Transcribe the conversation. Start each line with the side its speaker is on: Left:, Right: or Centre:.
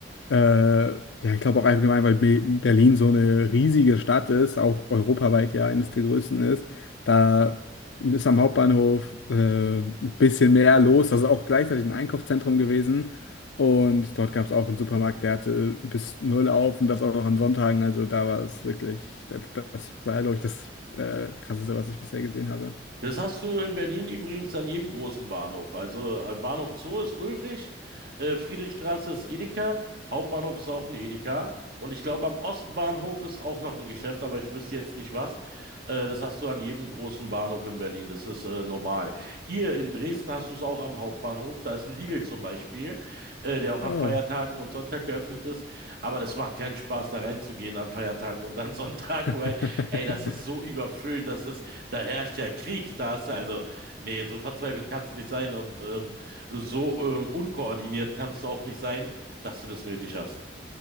Left: äh, ja, ich glaube auch allgemein, weil Be Berlin so eine riesige Stadt ist, auch europaweit ja eines der größten ist, da ist am Hauptbahnhof äh, ein bisschen mehr los. Das ist auch gleichzeitig ein Einkaufszentrum gewesen. Und dort gab es auch einen Supermarkt, der hatte bis null auf und das auch noch an Sonntagen. Also da war es wirklich, das, das war, glaube ich, das äh, Krasseste, was ich bisher gesehen habe.
Right: Das hast du in Berlin übrigens an jedem großen Bahnhof. Also äh, Bahnhof Zoo ist Ulrich, äh, Friedrichstraße ist Edeka, Hauptbahnhof ist auch ein Edeka. Und ich glaube, am Ostbahnhof ist auch noch ein Geschäft, aber ich wüsste jetzt nicht was. Äh, das hast du an jedem großen Bahnhof in Berlin. Das ist äh, normal. Hier in Dresden hast du es auch am Hauptbahnhof. Da ist ein Lidl zum Beispiel, äh, der auch an
Left: Oh.
Right: Feiertagen und Sonntag geöffnet ist. Aber das macht keinen Spaß, da reinzugehen an Feiertagen und an <laughs> Sonntagen,
Left: <laughs>
Right: weil, ey, das ist so überfüllt. Das ist da herrscht ja Krieg. Da hast du also, nee, so verzweifelt kannst du nicht sein und ähm, so ähm, unkoordiniert kannst du auch nicht sein, dass du das nötig hast.